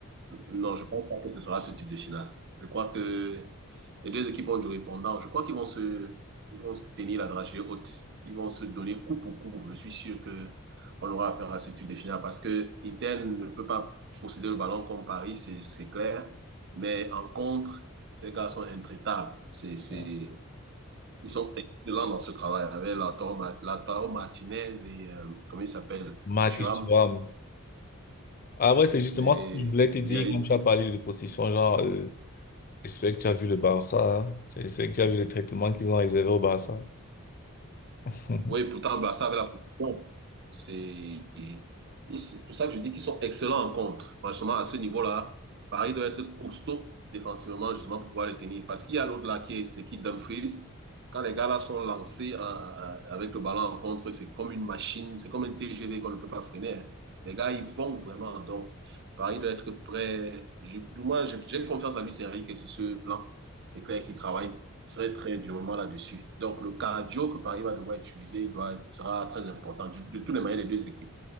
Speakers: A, on the right; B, on the left.
A: Non, je pense pas que ce sera ce type de finale. Je crois que les deux équipes ont du répondant. Je crois qu'ils vont se, ils vont se tenir la dragée haute. Ils vont se donner coup pour coup. Je suis sûr que on aura affaire à ce type de finale parce que Inter ne peut pas posséder le ballon comme Paris, c'est c'est clair. Mais en contre, ces gars sont intraitables. C'est, c'est,
B: Voilà.
A: Ils sont excellents dans ce travail avec Lautaro Ma- Lautaro Martinez et euh, comment il s'appelle?
B: Marcus
A: Thuram.
B: Thuram. Ah ouais, c'est justement
A: Mais
B: ce que je voulais te dire
A: il y a
B: quand tu as parlé de possession, genre, euh, J'espère que tu as vu le Barça. hein. J'espère que tu as vu les traitements qu'ils ont réservés au Barça. <laughs>
A: Oui, pourtant, Barça avec la position. C'est et c'est pour ça que je dis qu'ils sont excellents en contre. Franchement, à ce niveau-là, Paris doit être costaud défensivement, justement, pour pouvoir les tenir. Parce qu'il y a l'autre là qui est, c'est qui Dumfries. Quand les gars là sont lancés en- en- avec le ballon en contre, c'est comme une machine, c'est comme un TGV qu'on ne peut pas freiner. hein. Les gars, ils vont vraiment. Donc, Paris doit être prêt. Je- du moins, j'ai j'ai confiance à Luis Enrique sur ce plan. C'est clair qu'il travaille très, très durement là-dessus. Donc, le cardio que Paris va devoir utiliser doit, sera très important. Du- de toutes les manières, les deux équipes.